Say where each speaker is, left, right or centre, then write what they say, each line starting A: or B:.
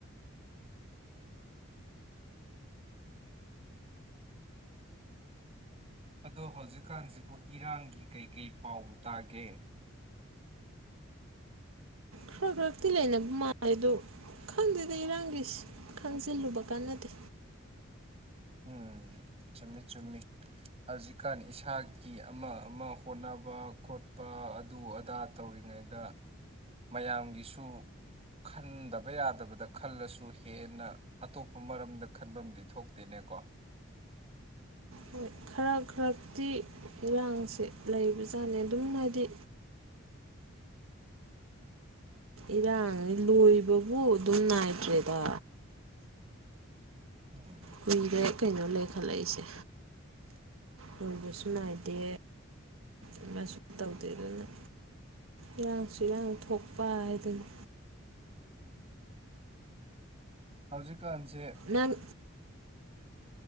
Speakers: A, on the right (about 30°); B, on the right (about 80°).
A: ꯑꯗꯣ ꯍꯧꯖꯤꯛꯀꯥꯟꯁꯤꯕꯨ ꯏꯔꯥꯡꯒꯤ ꯀꯩ ꯀꯩ ꯄꯥꯎꯕꯨ ꯇꯒꯦ
B: ꯈꯔ ꯈꯔꯛꯇꯤ ꯂꯩꯅꯕ ꯃꯥꯜꯂꯦ ꯑꯗꯨ ꯈꯪꯗꯦꯗ ꯏꯔꯥꯡꯒꯤꯏꯁ ꯈꯪꯖꯤꯜꯂꯨꯕ ꯀꯥꯅꯗꯦ
A: ꯎꯝ ꯆꯨꯝꯃꯤ ꯆꯨꯝꯃꯤ ꯍꯧꯖꯤꯛꯀꯥꯟ ꯏꯁꯥꯒꯤ ꯑꯃ ꯑꯃ ꯍꯣꯠꯅꯕ ꯈꯣꯠꯄ ꯑꯗꯨ ꯑꯗꯥ ꯇꯧꯔꯤꯉꯩꯗ ꯃꯌꯥꯝꯒꯤꯁꯨ ꯈꯟꯗꯕ ꯌꯥꯗꯕꯗ ꯈꯜꯂꯁꯨ ꯍꯦꯟꯅ ꯑꯇꯣꯞꯄ ꯃꯔꯝꯗ ꯈꯟꯐꯝꯗꯤ ꯊꯣꯛ ꯇꯅꯦꯀꯣ
B: ꯍꯣꯏ ꯈꯔ ꯈꯔꯛꯇꯤ ꯏꯔꯥꯡꯁꯦ ꯂꯩꯕꯖꯥꯠꯅꯤ ꯑꯗꯨꯝ ꯍꯏꯗꯤ ꯏꯔꯥꯡꯅꯤ ꯂꯣꯏꯕꯕꯨ ꯑꯗꯨꯝ ꯅꯥꯏꯗ꯭ꯔꯦꯗ
A: ꯎꯝ
B: ꯀꯨꯏꯔꯦ ꯀꯩꯅꯣ ꯂꯩ ꯈꯜꯠꯂꯛꯏꯁꯦ ꯂꯣꯏꯕꯁꯨ
A: ꯎꯝ
B: ꯅꯥꯏꯗꯦ ꯑꯃꯁꯨ ꯇꯧꯗꯦ ꯑꯗꯨꯅ ꯏꯔꯥꯡꯁꯨ ꯏꯔꯥꯡ ꯊꯣꯛꯄ ꯍꯥꯏꯗꯨꯅꯤ
A: ꯍꯧꯖꯤꯛ ꯀꯟꯁꯦ
B: ꯅꯪ